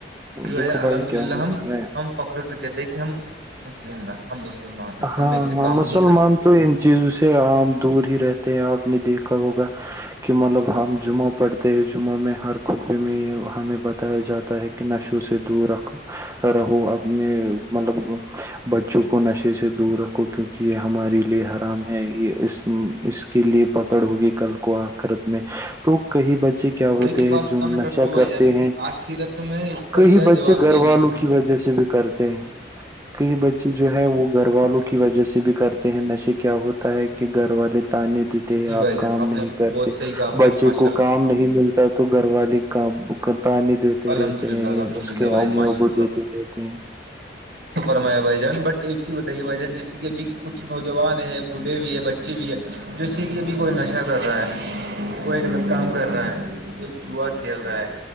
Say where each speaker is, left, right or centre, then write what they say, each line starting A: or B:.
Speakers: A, on the right; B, on the right.
A: ج بھائی
B: دیکھو
A: جان الحمد
B: کیا
A: للہ
B: ہوتا
A: ہم
B: ہے
A: ہم پکڑ سکے تھے کہ ہم مسلم ہیں ہم مسلمان ہیں
B: ہاں
A: ہم ایسے
B: ہاں
A: کام
B: مسلمان
A: نہیں کرتے بھ
B: تو ان چیزوں سے عام دور ہی رہتے ہیں آپ نے دیکھا ہوگا کہ مطلب ہم جمعہ پڑھتے ہیں جمعہ میں ہر خطبے میں ہمیں بتایا جاتا ہے کہ نشوں سے دور رکھ رہو اپنے مطلب بچوں کو نشے سے دور رکھو کیونکہ یہ ہمارے لیے حرام ہے یہ اس اس کے لیے پکڑ ہوگی کل کو کوخرت میں تو کئی بچے
A: جی بھائی
B: کیا
A: جان وہی
B: ہوتے
A: تو
B: ہیں
A: بات بتانا
B: جو نشہ
A: چاہتا ہوں بھائی
B: کرتے
A: جان کی
B: ہیں
A: آخرت میں اس کا
B: کئی
A: کیا
B: بچے
A: جواب
B: گھر
A: دیں
B: والوں
A: گے ہم
B: کی وجہ جیسے بھی کرتے ہیں کئی بچے جو ہے وہ گھر والوں کی وجہ سے بھی کرتے ہیں نشے کیا ہوتے ہے کہ گھر والے تانے دیتے ہیں
A: جی بھائی
B: آپ
A: جان
B: کام
A: نے
B: نہیں کرتے
A: بہت صحیح کہا آپ
B: بچے
A: نے ماشاء
B: کو
A: اللہ
B: کام نہیں ملتا تو گھر والے کا تے د تے
A: الحمد
B: رہتے
A: للہ
B: ہیں
A: الحمد
B: اس
A: للہ
B: کے
A: بھائی
B: ا
A: ماشاء
B: ا دیتے رہتے ہیں
A: رمایا بھائی جان بٹ ایک چیز بتائیے بھائی جان جیسے کہ ابھی کچھ نوجوان ہے بوڑھے بھی ہے بچے اچھی بھی ہے جس سے کہ بھی کوئی نشہ کر رہا ہے کوئی غلط کام کر رہا ہے کوئی چوہا کھیل رہا ہے